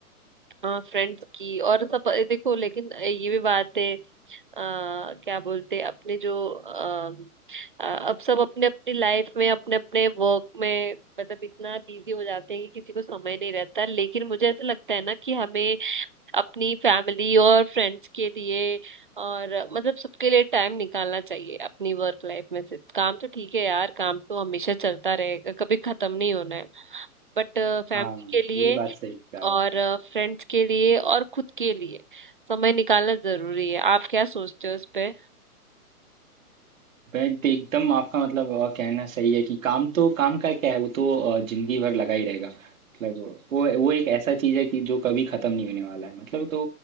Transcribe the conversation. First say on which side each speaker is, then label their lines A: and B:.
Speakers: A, on the right; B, on the right.
A: हाँ फ्रेंड्स की और सब अ, देखो लेकिन ये भी बात है आ, क्या बोलते हैं, अपने जो अ, अ, अब सब अपने अपनी लाइफ में अपने अपने वर्क में मतलब इतना बिजी हो जाते हैं कि किसी को समय नहीं रहता लेकिन मुझे ऐसा लगता है ना कि हमें अपनी फैमिली और फ्रेंड्स के लिए और अ, मतलब सबके लिए टाइम निकालना चाहिए अपनी वर्क लाइफ में से काम तो ठीक है यार काम तो हमेशा चलता रहेगा कभी खत्म नहीं होना है बट फैमिली
B: हाँ
A: के लिए
B: ये बात सही कहा
A: और
B: आपने
A: फ्रेंड्स के लिए और खुद के लिए समय निकालना जरूरी है आप क्या सोचते हो इस पे
B: बट एकदम आपका मतलब अ, कहना सही है कि काम तो काम का क्या है वो तो अ, जिंदगी भर लगा ही रहेगा मतलब वो वो एक ऐसा चीज है कि जो कभी खत्म नहीं होने वाला है मतलब तो